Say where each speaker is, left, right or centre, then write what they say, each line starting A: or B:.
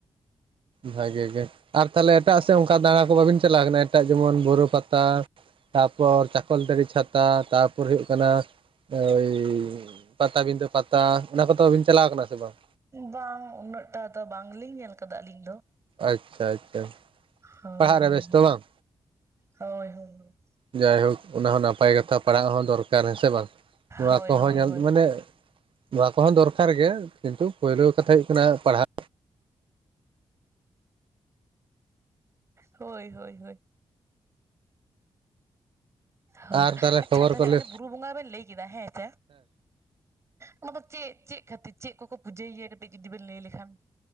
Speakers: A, on the right (about 55°); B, on the right (about 25°).
A: ᱵᱷᱟᱜᱮ ᱜᱮ ᱟᱨ ᱛᱟᱞᱦᱮ ᱮᱴᱟᱜ ᱥᱮᱫ ᱚᱝᱠᱟ ᱫᱟᱬᱟ ᱠᱚ ᱵᱟᱹᱵᱤᱱ ᱪᱟᱞᱟᱣ ᱠᱟᱱᱟ ᱮᱴᱟᱜ ᱡᱮᱢᱚᱱ ᱵᱩᱨᱩ ᱯᱟᱛᱟ ᱛᱟᱨᱯᱚᱨ ᱪᱟᱠᱚᱞᱛᱟᱲᱤ ᱪᱷᱟᱛᱟ ᱛᱟᱨᱯᱚᱨ ᱦᱩᱭᱩᱜ ᱠᱟᱱᱟ ᱳᱭ ᱯᱟᱴᱟᱵᱤᱸᱫᱟᱹ ᱯᱟᱛᱟ ᱚᱱᱟ ᱠᱚᱫᱚᱵᱤᱱ ᱪᱟᱞᱟᱣ ᱠᱟᱱᱟ ᱥᱮ ᱵᱟᱝ
B: ᱵᱟᱝ ᱩᱱᱟᱹᱜ-ᱴᱟ ᱫᱚ ᱵᱟᱝᱞᱤᱧ ᱧᱮᱞ ᱟᱠᱟᱫᱟ ᱟᱹᱞᱤᱧ ᱫᱚ
A: ᱟᱪᱪᱷᱟ ᱟᱪᱪᱷᱟ
B: ᱦᱳᱭ
A: ᱯᱟᱲᱦᱟᱜ
B: ᱦᱳᱭ
A: ᱨᱮ ᱵᱮᱥᱛᱚ ᱵᱟᱝ
B: ᱦᱳᱭ ᱦᱳᱭ
A: ᱡᱟᱭᱦᱳᱠ ᱚᱱᱟ ᱦᱚᱸ ᱱᱟᱯᱟᱭ ᱠᱟᱛᱷᱟ ᱯᱟᱲᱦᱟᱜ ᱦᱚᱸ ᱫᱚᱨᱠᱟᱨ ᱦᱮᱸ ᱥᱮ ᱵᱟᱝ ᱱᱚᱣᱟ
B: ᱦᱳᱭ
A: ᱠᱚᱦᱚᱸ
B: ᱦᱳᱭ
A: ᱧᱮᱞ
B: ᱦᱳᱭ
A: ᱢᱟᱱᱮ ᱱᱚᱣᱟ ᱠᱚᱦᱚᱸ ᱫᱚᱨᱠᱟᱨ ᱜᱮ ᱠᱤᱱᱛᱩ ᱯᱩᱭᱞᱳ ᱠᱟᱛᱷᱟ ᱦᱩᱭᱩᱜ ᱠᱟᱱᱟ ᱯᱟᱲᱦᱟᱜ
B: ᱦᱳᱭ ᱦᱳᱭ ᱦᱳᱭ ᱦᱳᱭ
A: ᱟᱨ ᱛᱟᱦᱚᱞᱮ
B: ᱟᱪᱪᱷᱟ
A: ᱠᱷᱚᱵᱚᱨ
B: ᱛᱟᱦᱞᱮ
A: ᱠᱚᱞᱮ
B: ᱵᱩᱨᱩ ᱵᱚᱸᱜᱟ ᱵᱮᱱ ᱞᱟᱹᱭ ᱠᱮᱫᱟ ᱦᱮᱸ ᱪᱮ ᱚᱱᱟᱫᱚ ᱪᱮᱫ ᱪᱮᱫ ᱠᱷᱟᱹᱛᱤᱨ ᱪᱮᱫ ᱠᱚᱠᱚ ᱯᱩᱡᱟᱹᱭᱮᱭᱟ ᱠᱟᱹᱴᱤᱡ ᱡᱩᱫᱤ ᱵᱮᱱ ᱞᱟᱹᱭ ᱞᱮᱠᱷᱟᱱ